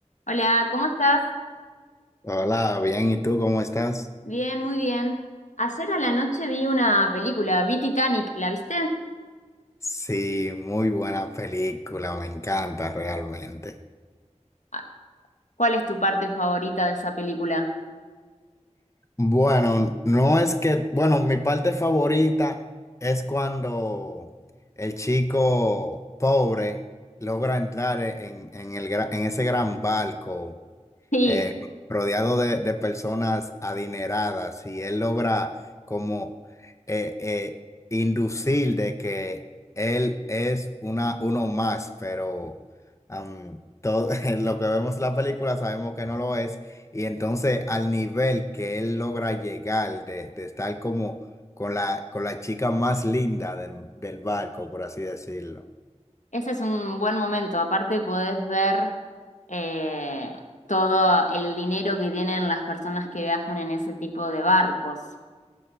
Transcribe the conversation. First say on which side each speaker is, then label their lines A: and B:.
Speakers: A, on the left; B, on the left.
A: Hola, ¿cómo estás?
B: Hola, bien, ¿y tú cómo estás?
A: Bien, muy bien. Ayer a la noche vi una película, vi Titanic, ¿la viste?
B: Sí, muy buena película, me encanta realmente.
A: Ah, ¿Cuál es tu parte favorita de esa película? <laughs>
B: Bueno, no es que, bueno, mi parte favorita es cuando el chico pobre logra entrar en, en el, gra- en ese gran barco
A: Sí,
B: eh, rodeado de, de personas adineradas y él logra como eh, eh, inducir de que él es una, uno más, pero am, todo, <laughs> en lo que vemos en la película sabemos que no lo es y entonces al nivel que él logra llegar de, de estar como con la, con la chica más linda del, del barco, por así decirlo.
A: ese es un buen momento. Aparte podés ver eh, todo el dinero que tienen las personas que viajan en ese tipo de barcos.